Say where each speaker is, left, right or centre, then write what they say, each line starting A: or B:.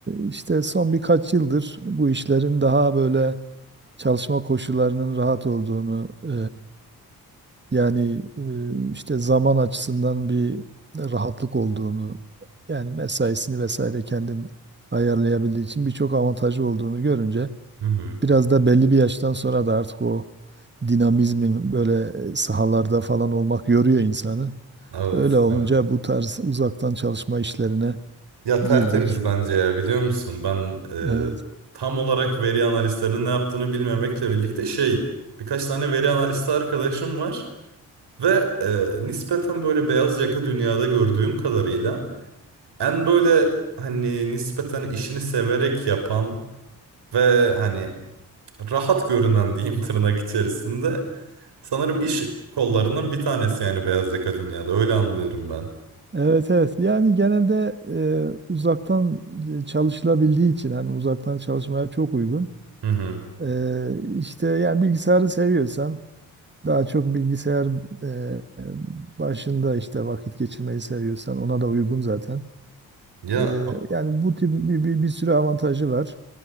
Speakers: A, on the right; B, on the right.
A: işte son birkaç yıldır bu işlerin daha böyle çalışma koşullarının rahat olduğunu, e, yani e, işte zaman açısından bir rahatlık olduğunu, yani mesaisini vesaire kendin ayarlayabildiği için birçok avantajı olduğunu görünce
B: Hı hı.
A: Biraz da belli bir yaştan sonra da artık o dinamizmin böyle e, sahalarda falan olmak yoruyor insanı.
B: Evet,
A: Öyle olunca
B: evet.
A: bu tarz uzaktan çalışma işlerine
B: Ya tertemiz
A: girdik.
B: bence ya biliyor musun? Ben
A: Evet.
B: e, tam olarak veri analistlerinin ne yaptığını bilmemekle birlikte şey birkaç tane veri analisti arkadaşım var ve e, nispeten böyle beyaz yaka dünyada gördüğüm kadarıyla en böyle hani nispeten işini severek yapan ve hani rahat görünen diyeyim tırnak içerisinde. Sanırım iş kollarının bir tanesi yani beyaz yaka dünyada. Öyle anlıyorum ben.
A: Evet evet. Yani genelde e, uzaktan e, çalışılabildiği için hani uzaktan çalışmaya çok uygun.
B: Hı hı.
A: E, işte yani bilgisayarı seviyorsan daha çok bilgisayar e, e, başında işte vakit geçirmeyi seviyorsan ona da uygun zaten.
B: Ya
A: Ee, yani bu tip bir, bir, bir sürü avantajı var.